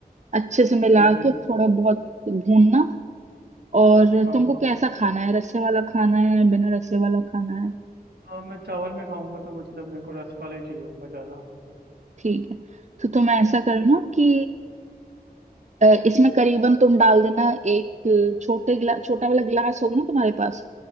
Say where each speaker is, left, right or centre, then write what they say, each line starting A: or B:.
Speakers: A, on the right; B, on the right.
A: अच्छे से मिला
B: ठीक है
A: के थोड़ा बहुत भूनना और
B: हाँ
A: तुमको कैसा खाना है रस्से वाला खाना है बिना रस्से वाला खाना है
B: हाँ मैं चावल में खाऊंगा तो मतलब मेरे को रस वाला ही चाहिए होगा ज़्यादा
A: ठीक है तो तुम ऐसा करना कि अ, इसमें करीबन तुम डाल देना एक छोटे ग्ला, छोटा वाला ग्लास होगा ना तुम्हारे पास